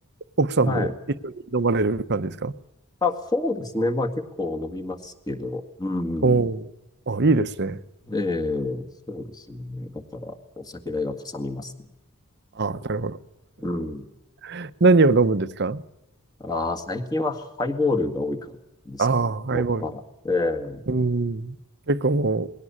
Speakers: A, on the right; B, on the left.
A: 奥さんも一緒に飲まれる感じですか
B: はい。あ、そうですね。まあ結構飲みますけど。うん。
A: おおー、あ、いいですね。
B: ええ、そうですね。だから、お酒代がかさみますね。
A: ああ、なるほど。
B: うん。
A: <laughs> 何を飲むんですか
B: ああ、最近はハイボールが多いからですかね。
A: ああ、ハイボール。
B: もっぱら。ええ、
A: うん。結構も